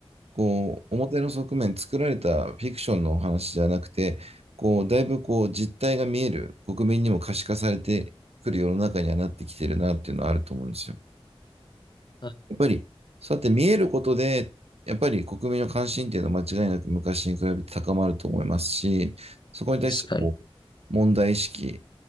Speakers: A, on the right; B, on the left.
A: こう、表の側面、作られたフィクションのお話じゃなくて、こう、だいぶこう、実態が見える、国民にも可視化されてくる世の中にはなってきてるなっていうのはあると思うんですよ。
B: はい。
A: やっぱり、そうやって見えることで、やっぱり国民の関心っていうのは間違いなく昔に比べて高まると思いますし、そこに対してこう、
B: 確かに。
A: 問題意識